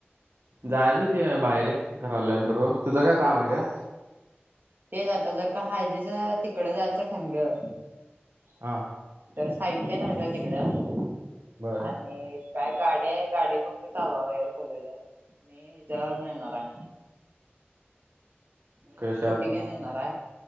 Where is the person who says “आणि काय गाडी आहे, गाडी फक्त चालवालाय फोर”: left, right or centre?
Right